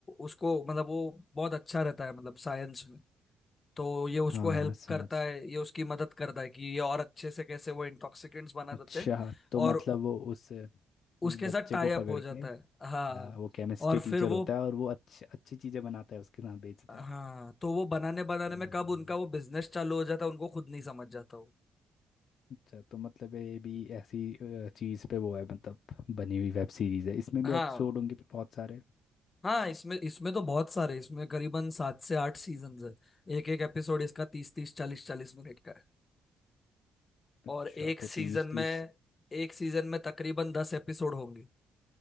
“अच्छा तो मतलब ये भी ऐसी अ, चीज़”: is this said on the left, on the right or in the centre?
Left